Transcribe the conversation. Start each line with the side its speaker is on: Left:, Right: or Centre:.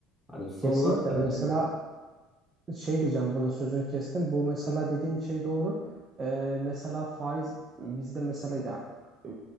Centre: Hani son
Right: Kesinlikle.
Centre: olarak da
Right: Mesela
Centre: hani,
Right: şey diyeceğim burada sözünü kestim. Bu mesela dediğin şey doğru. Ee, mesela faiz bizde mesela ya e,